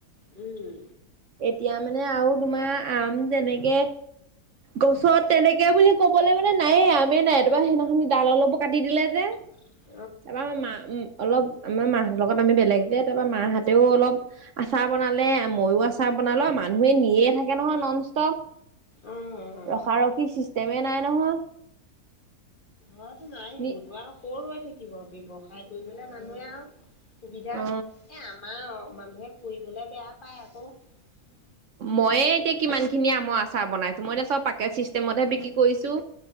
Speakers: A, on the left; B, on the right.
A: উম,
B: এতিয়া মানে আৰু তোমাৰ আম তেনেকে গছত তেনেকে বুলি ক'বলৈ মানে নায়েই আমেই নাই তাপা সেইদিনাখনি ডাল অলপো কাটি দিলে যে
A: <inaudible>
B: তাৰপৰা মা অলপ আমাৰ মাহতৰ লগত আমি বেলেগ যে তাৰপৰা মাহঁতেও অলপ আচাৰ বনালে মইও আচাৰ বনালো মানুহে নিয়ে থাকে নহয় নন ষ্টপ
A: অঁ অঁ
B: ৰখাৰখি চিষ্টেমে নাই নহয়
A: ঘতো নাই সিবোৰ
B: নি
A: তো আৰু কৰ ৰৈ থাকিব ব্যৱসায় কৰিবলে মানুহে আৰু সুবিধা
B: অ
A: এ আমাৰ মানুহে ফুৰিবলে বেয়া পায় আকৌ
B: ময়ে এতিয়া কিমান খিনি আমৰ আচাৰ বনাইছো মই এতিয়া চব পেকেট চিষ্টেমতহে বিক্ৰী কৰিছো